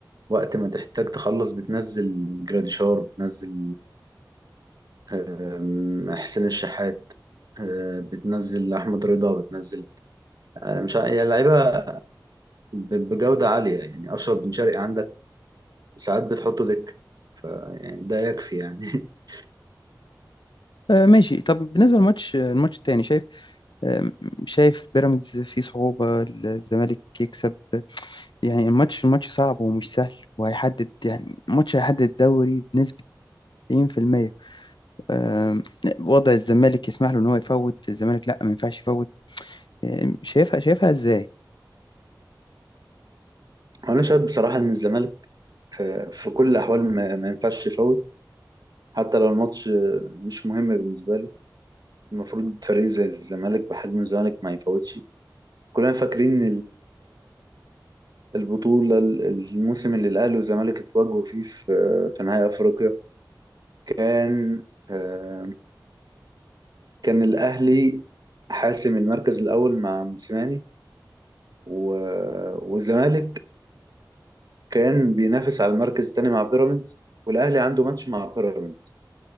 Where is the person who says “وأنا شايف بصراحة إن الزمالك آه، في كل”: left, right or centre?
Right